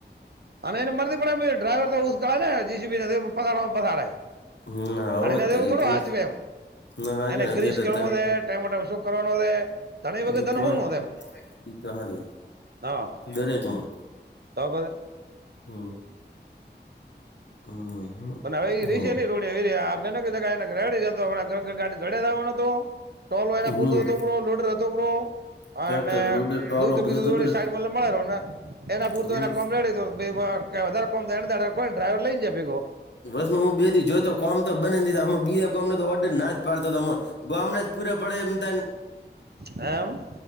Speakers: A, on the right; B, on the left.
A: અને એને મળરતી પડે ડ્રાઈવર તો ઉ્ળે ને જીસીને પવા પસડે
B: હમ આવો
A: જાણી ના
B: તરીકે
A: દેવું થોડું સાચવે એમ
B: ના હા
A: એને
B: જો અત્યારે
A: ગ્રીસ કરવું ટાઈમ ટાઈમ શું કરવાનો છે તને વગર
B: ઈ
A: ધન
B: કોણ
A: હો ન તેમ
B: ઈ તો હારી
A: હા
B: દરેકમાં
A: તો બ
B: હમ હમ
A: પણ હવે એ ર
B: હમ
A: છે નને રોડ રડી ગાડી ચડ હતો ટો
B: હમ
A: પૂરતો લોડ
B: ટ્રેક્ટર
A: અને
B: લોડર ટોલો
A: દ બીધું
B: બધું જબર
A: દોડે સાઈડમાં લ મળે ને એના પૂરતો
B: હમ
A: એના કોમરેડ વધારે કોમકો ડ્રાઈર લઈ જા
B: બસ માં હું બે થી જોતો કોમ તો બને જ ન હ બીજ કોમ ઓર્ડર ના જ પાડતો તરો ગમને જ પૂરે પડે એમને
A: એમ